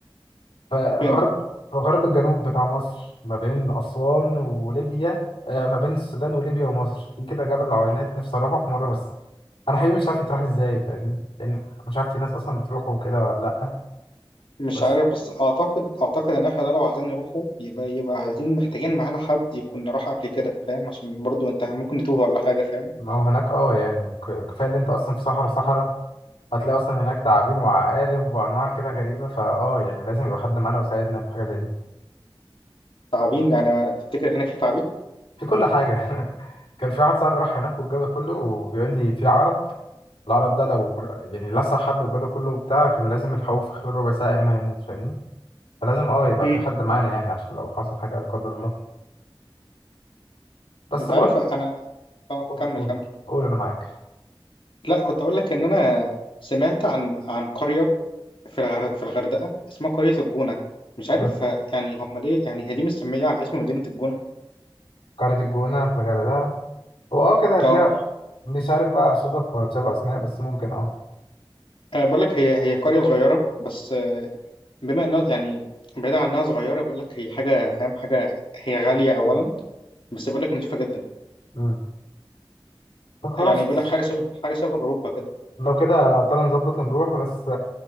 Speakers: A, on the left; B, on the left.
A: في
B: فين
A: غرب
B: ده
A: في غرب الجنوب بتاع مصر ما بين اسوان وليبيا آه ما بين السودان وليبيا ومصر في كده جبل العوينات نفسي اروحه في مره بس انا حقيقي مش عارف يتروح ازاي فاهمني يعني أنا مش عارف في ناس اصلا بتروحه وكده ولا لا
B: مش
A: بس
B: عارف بس اعتقد اعتقد ان احنا ده لو عايزين نروحه يبقى يبقى عايزين محتاجين معانا حد يكون راح قبل كده فاهم عشان برضو انت ممكن نتوه ولا حاجة فاهم
A: ما هو هناك اه يعني ك- كفايه ان انت اصلا في صحراء صحراء هتلاقي اصلا هناك تعابين وعقارب وانواع كده غريبه فاه يعني لازم يبقى حد معانا ويساعدنا في حاجه زي دي
B: تعابين يعني تفتكر هناك في تعابين
A: في كل حاجة <laughs> كان في واحد صاحبي راح هناك والجو ده كله وبيقول لي في عرب العرب ده لو يعني لسع حد والجو ده كله بتاع كان لازم يلحقوه في خلال ربع ساعة يا إما هيموت فاهمني فلازم اه يبقى
B: مم.
A: في حد معانا يعني عشان لو حصل حاجة لا قدر الله بس
B: انت
A: بقول
B: عارف انا اه
A: قول
B: كمل
A: قول
B: كمل
A: قول أنا معاك
B: لا كنت اقول لك ان انا سمعت عن عن قريه في الغر... في الغردقه اسمها قريه الجونه مش عارف
A: مم.
B: ه... يعني هم ليه يعني هي دي مستميه على اسم مدينه الجونه
A: قرية الجونة في الغردقة هو اه كده هتلاقي
B: اه
A: مش عارف بقى صدف ولا تشابه أسماء بس ممكن اه
B: آه، بقول لك هي هي قريه صغيره بس آه، بما انها يعني بعيدا عن انها صغيره بيقول لك هي حاجه فاهم حاجه هي غاليه اولا بس بيقول لك نظيفه جدا
A: مم. طب خلاص
B: يعني بيقول لك حاجه شبه حاجه شبه اوروبا كده
A: لو كده تعالى نظبط ونروح بس